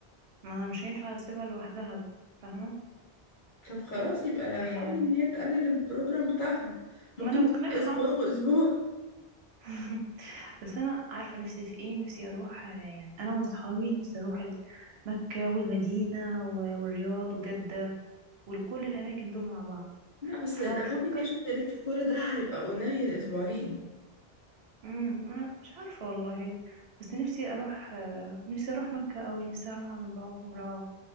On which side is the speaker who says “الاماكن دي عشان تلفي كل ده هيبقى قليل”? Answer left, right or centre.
Left